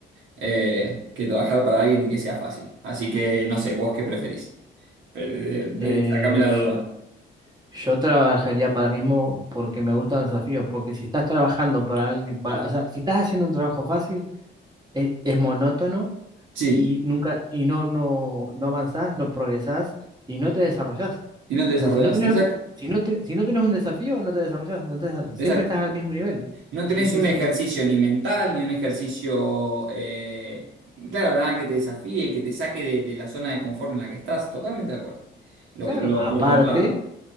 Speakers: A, on the right; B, on the right.
A: eh, que trabajar para alguien y que sea fácil. Así que no sé, vos qué preferís. Pero, eh, de-
B: Eh,
A: de- sacame la
B: sh-
A: duda.
B: yo trabajaría para mí mismo porque me gustan los desafíos, porque si estás trabajando para alguien, para, o sea, si estás haciendo un trabajo fácil, es, es monótono
A: Sí,
B: y nunca, y no, no, no avanzás, no progresás y no te desarrollás.
A: y no te desarrollas.
B: O sea, si no tenés,
A: Exacto,
B: si no te, si no tenés un desafío, no te desarrollás, no te desa-
A: exacto.
B: siempre estás al mismo nivel.
A: No tenés
B: Y entonces,
A: un ejercicio ni mental, ni un ejercicio, eh, claro, nada que te desafíe, que te saque de, de la zona de confort en la que estás. Totalmente de acuerdo. Lo,
B: claro,
A: lo-
B: aparte
A: lo comparto.